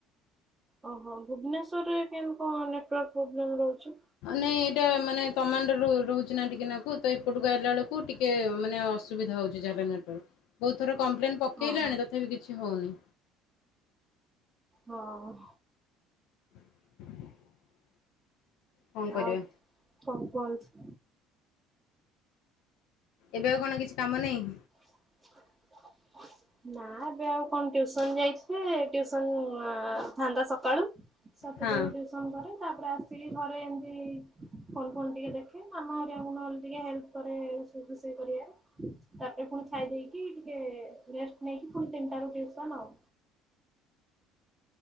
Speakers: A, on the right (about 20°); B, on the left (about 60°).
A: ଓହୋ ଭୁବନେଶ୍ୱରରେ କେମିତି କଣ ନେଟୱାର୍କ ପ୍ରୋବ୍ଲେମ ରହୁଚି?
B: ନାଇଁ ଏଇଟା ମାନେ ତମାଣ୍ଡର ରହୁଚି ନା ଟିକେ ନାକ୍ ଏପଟୁ ଆଇଲା ବେଳକୁ ଟିକେ ମାନେ ଅସୁବିଧା ହଉଛି <unintelligible> ବହୁତଥର କମ୍ପ୍ଲେନ ପକେଇଲାଣି
A: ଓହୋ
B: ତଥାପି କିଛି ହଉନି।
A: ହଉ।
B: <unintelligible> କଣ କରିବା
A: ଆଉ କଣ କରୁଛି?
B: ଏବେ ଆଉ କଣ କିଛି କାମ ନାହିଁ?
A: <unintelligible> ନା ଏବେ ଆଉ କଣ ଟିଉସନ୍ ଯାଇଥିବେ ଟିଉସନ୍ ଥାନ୍ତା ସକାଳୁ। ସାତଟା
B: ହଁ।
A: ରୁ ଟ୍ୟୁସନ କରେ ତାପରେ ଆସିକି ଘରେ ଏମତି ଫୋନ୍ ଫୋନ୍ ଟିକେ ଦେଖେ ମାମା ହରିଆକୁ ନହଲେ ଟିକେ ହେଲ୍ପ କରେ ରୋଷେଇ ଫୋସେଇ କରିବା। ତାପରେ ପୁଣି ଖାଇ ଦେଇକି ଟିକେ ରେଷ୍ଟ ନେଇକି ପୁଣି ତିନିଟା ରୁ ଟିଉସନ୍ ଆଉ।